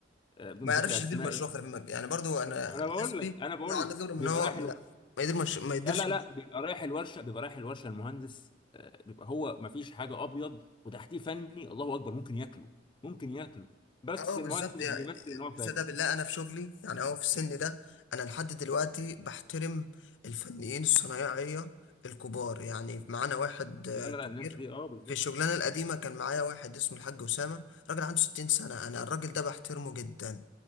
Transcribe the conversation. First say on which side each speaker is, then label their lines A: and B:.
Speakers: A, on the left; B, on the left.
A: آه، بدون
B: ما
A: ذكر
B: يعرفش
A: اسماء
B: يدير مشروع خلي بالك يعني برضو انا على
A: انا بقول
B: حسبي
A: لك انا بقول
B: إن هو عنده
A: لك
B: خبره من
A: بيبقى
B: هو
A: رايح الو...
B: لا ما يدير مش... ما يديرش
A: لا لا لا بيبقى رايح الورشه بيبقى رايح الورشه المهندس آه، بيبقى هو ما فيش حاجه ابيض وتحتيه فني الله اكبر ممكن ياكله ممكن ياكله بس
B: اه بالظبط
A: المهندس
B: يعني
A: بيمثل ان هو فاهم
B: صدق بالله انا في شغلي يعني اه في السن ده انا لحد دلوقتي بحترم الفنيين الصنايعيه الكبار يعني معانا واحد آه،
A: لا لا
B: كبير
A: لا الناس دي اه بالظبط
B: في الشغلانه القديمه كان معايا واحد اسمه الحاج اسامه راجل عنده 60 سنه انا الراجل ده بحترمه جدا